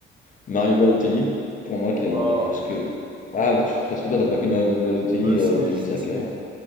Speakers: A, on the left; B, on the right.
A: Mario Balotelli, pour moi, qui est un
B: Ah,
A: des plus... parce que ah, bah, tu parce que toi, t'as pas qu'une Mario de Balotelli,
B: ouais, si,
A: heu, au début
B: si,
A: de sa
B: si,
A: carrière.